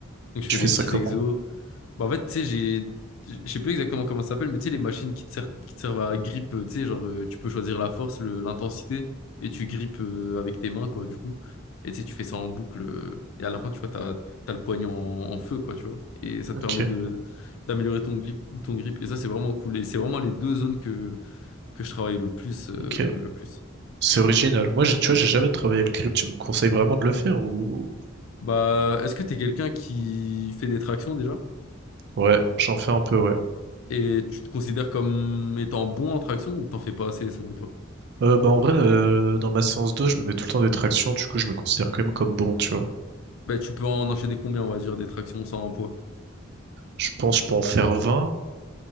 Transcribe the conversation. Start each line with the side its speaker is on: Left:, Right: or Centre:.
Left: Donc je
Right: tu
Left: fais
Right: fais
Left: des
Right: ça
Left: petits
Right: comment?
Left: exos. Bah, en fait, tu sais, j'ai. Je sais plus exactement comment ça s'appelle, mais tu sais, les machines qui te servent, qui te servent à grip, euh, tu sais, genre, euh, tu peux choisir la force, le- l'intensité, et tu grippes euh, avec tes mains, quoi, du coup. Et tu sais, tu fais ça en boucle, euh, et à la fin, tu vois, t'as, t'as le poignet en, en feu, quoi, tu vois. Et ça
Right: Ok,
Left: te permet de, d'améliorer ton grip, ton grip. Et ça, c'est vraiment cool. Et c'est vraiment les deux zones que, que je travaille le plus, euh,
Right: ok.
Left: le plus.
Right: C'est original. Moi, j'ai- tu vois, j'ai jamais travaillé le grip. Tu me conseilles vraiment de le faire ou...
Left: Bah, est-ce que t'es quelqu'un qui fait des tractions déjà?
Right: Ouais, j'en fais un peu, ouais.
Left: Et tu te considères comme étant bon en traction ou t'en fais pas assez selon toi?
Right: Euh, bah en vrai, euh, dans ma séance 2, je me mets tout le temps des tractions, du coup je me considère quand même comme bon, tu vois.
Left: ben tu peux en enchaîner combien, on va dire, des tractions sans un poids?
Right: Je pense que je peux en faire 20